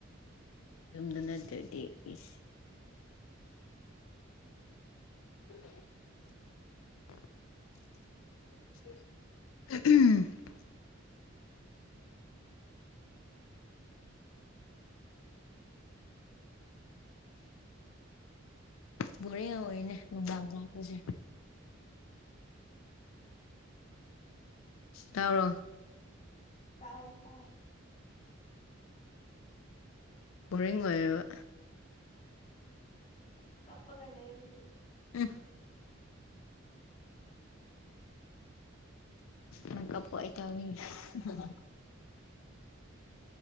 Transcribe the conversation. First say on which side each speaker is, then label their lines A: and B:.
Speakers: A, on the left; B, on the left.
A: ꯌꯨꯝꯗ ꯅꯠꯇ꯭ꯔꯗꯤ ꯏꯁ <inaudible> <inaudible> ꯕꯣꯔꯤꯡ ꯑꯣꯏꯅꯦ ꯅꯨꯡꯗꯥꯡ ꯂꯥꯛꯄꯖꯦ ꯇꯥꯕ꯭ꯔꯣ
B: ꯇꯥꯏ ꯇꯥꯏ
A: ꯕꯣꯔꯤꯡ ꯑꯣꯏꯌꯦꯕ
B: ꯀꯞꯄꯒ ꯂꯩ ꯑꯗꯨꯗꯤ
A: <inaudible> ꯅꯡ ꯀꯞꯄꯣ ꯑꯩ <unintelligible>